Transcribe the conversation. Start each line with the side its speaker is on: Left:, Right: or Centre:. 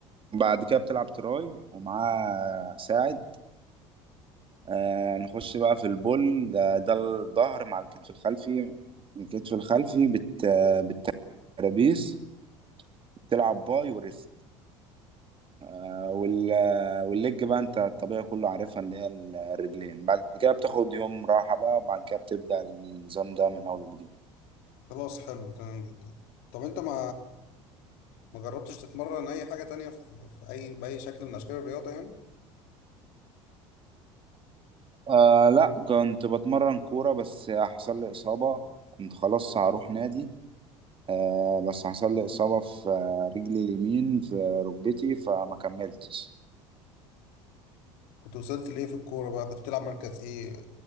Right: وبعد كده بتلعب تراي ومعاه ساعد آه نخش بقى في البول ده, ده الظهر مع الكتف الخلفي الكتف الخلفي بت... آه، بالترابيس بتلعب باي وريست آه، وال... آه، والليج بقى انت الطبيعي كله عارفها اللي هي ال- الرجلين بعد كده بتاخد يوم راحة بقى وبعد كده بتبدأ النظام ده من أول وجديد
Left: خلاص حلو تمام جدا طب انت ما ما جربتش تتمرن اي حاجة تانية في, في اي بأي شكل من اشكال الرياضة يعني
Right: آه لا كنت بتمرن كورة بس حصل لي إصابة كنت خلاص هروح نادي آه بس حصل لي إصابة في آه، رجلي اليمين في ركبتي فما كملتش
Left: كنت وصلت لايه في الكورة بقى كنت بتلعب مركز ايه